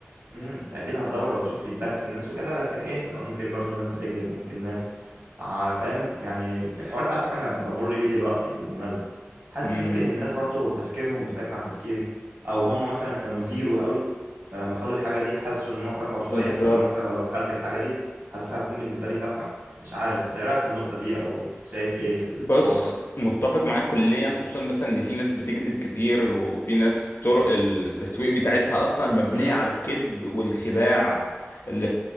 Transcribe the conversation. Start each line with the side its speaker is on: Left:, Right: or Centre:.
Right: امم انت اكيد هتدور وهتشوف فيدباكس الناس وكده لكن ايه ممكن برضو الناس بتكذب ممكن ناس ع- فاهم يعني الحوار ده على فكره انا بمر بيه دلوقتي بالمناسبه حاسس
Left: امم
Right: ممكن الناس برضو تفكيرهم مختلف عن تفكيري او هم مثلا كانوا زيرو قوي فلما خدوا الحاجه دي حسوا ان هم اترفعوا شويه
Left: بالظبط
Right: وانا مثلا لو دخلت الحاجه دي حاسسها هتكون بالنسبه لي تافهه مش عارف انت ايه رايك في النقطه دي او شايف ايه في الحوار
Left: بص متفق معاك كليا خصوصا مثلا ان في ناس بتكذب كتير وفي ناس طرق التسويق بتاعتها اصلا مبنية
Right: امم
Left: على الكذب والخداع ل-